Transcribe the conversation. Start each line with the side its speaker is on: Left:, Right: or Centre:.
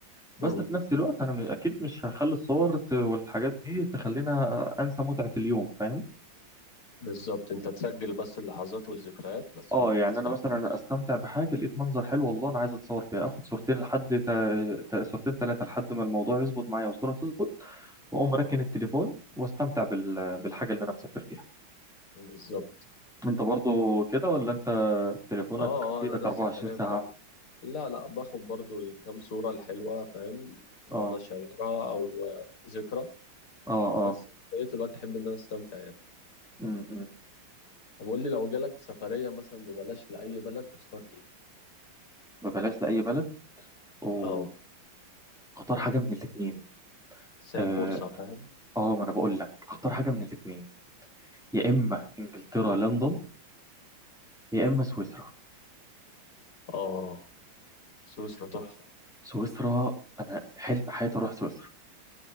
Centre: بس
Left: امم
Centre: في نفس الوقت انا م- اكيد مش هخلي الصور ت- والحاجات دي تخلينا انسى متعه اليوم فاهم
Left: بالظبط انت تسجل بس اللحظات والذكريات بس
Centre: اه
Left: برضه
Centre: يعني
Left: بتستمتع
Centre: انا مثلا استمتع بحاجه لقيت منظر حلو والله انا عايز اتصور فيها اخد صورتين لحد تا... تا... صورتين ثلاثه لحد ما الموضوع يظبط معايا والصوره تظبط واقوم راكن التليفون واستمتع بال... بالحاجه اللي انا مسافر فيها
Left: بالظبط
Centre: انت برضو كده ولا انت تليفونك
Left: اه
Centre: في
Left: اه انا
Centre: ايدك
Left: نفس
Centre: 24
Left: الكلام برضه
Centre: ساعه
Left: لا لا باخد برضه الكام صورة الحلوة فاهم ان
Centre: اه
Left: انا اشيرها او آه، ذكرى
Centre: اه اه
Left: بس في بقية الوقت احب ان انا استمتع يعني
Centre: امم
Left: طب قول لي لو جالك سفرية مثلا ببلاش لأي بلد تختار ايه؟
Centre: ببلاش لاي بلد واختار
Left: اه
Centre: حاجه من الاثنين
Left: بس هي
Centre: اه
Left: فرصة فاهم؟
Centre: آه، ما انا بقول لك اختار حاجه من الاثنين يا اما انجلترا لندن يا اما سويسرا
Left: اه سويسرا تحفة
Centre: سويسرا انا حلم حياتي اروح سويسرا